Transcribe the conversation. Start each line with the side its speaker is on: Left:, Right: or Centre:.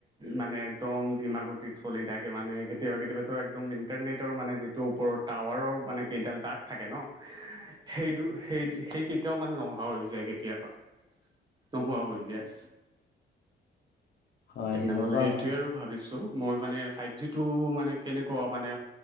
Right: মানে একদম ধিমাগতিত চলি থাকে মানে। কেতিয়াবা কেতিযাবাটো একদম ইণ্টাৰনেটৰ মানে যিটো ওপৰত টাৱাৰৰ মানে কেইডাল দাগ থাকে নহ। সেইটো সেই, সেই কেইতাও মানে নহা হৈ যায় কেতিয়াবা। নোহোৱা হৈ যায়।
Left: হয়
Right: তেনেহ'লে
Left: সেনেকুৱা
Right: সেইটোয়েই
Left: হয়
Right: আৰু ভাবিছো, মই মানে ফাইভ জিটো মানে কেনেকুৱা মানে,